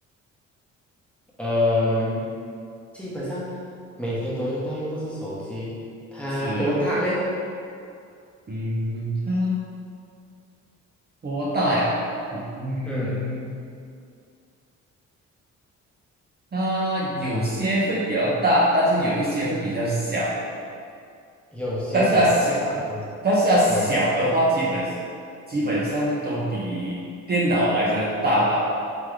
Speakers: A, in the centre; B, on the right.
A: 嗯，基本上每天都用到，又不是手机，它多大嘞？
B: 是的，嗯，它多大呀？嗯嗯，
A: 嗯，
B: 它有些会比较大，但是有一些会比较小，
A: 有些比较大，
B: 但是它小，
A: 有些嗯，
B: 但是它小的话，基本基本上都比电脑来的大吧，